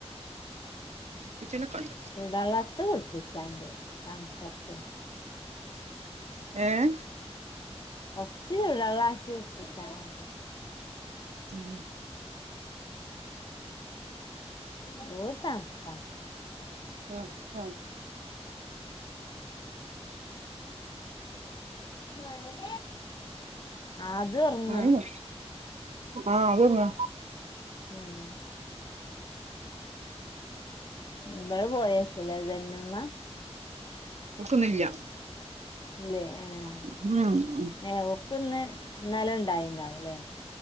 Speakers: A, on the right (about 80°); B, on the left (about 40°).
A: കുളിപ്പിച്ചലൊക്കെ ഉണ്ട്.
B: ചൂട് വെള്ളത്ത് കുളിപ്പിച്ചാണ്ടി തണുപ്പത്ത്
A: ഏഹ്
B: കൊറച്ച് ചൂട് വെള്ളാക്കി കൂൾപ്പിച്ചാ മതി
A: ഉം
B: എന്തോരു തണുപ്പാ
A: ഉം ആഹ്
B: <unintelligible> ആദ്യം ഒറങ്ങാ
A: മഴയോ ആഹ് അത് തന്നെ
B: ഉം ഇങ്ങള് പോയാൽ പിള്ളാര്‌ തന്നെ <unintelligible>
A: ഒക്കുന്നില്ല
B: ഇല്ലേ ആഹ്
A: ഉം
B: എ ഓക്കിന്ന് ഇന്നല ഉണ്ടായിണ്ടാവും ഇല്ലേ